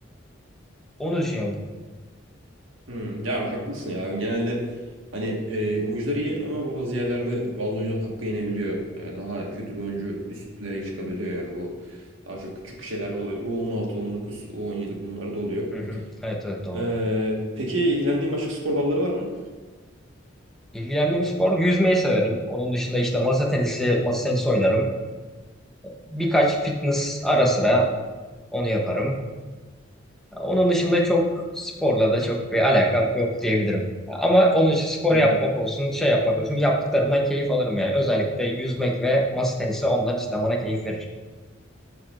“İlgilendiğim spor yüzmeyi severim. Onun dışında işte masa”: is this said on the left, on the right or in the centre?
Centre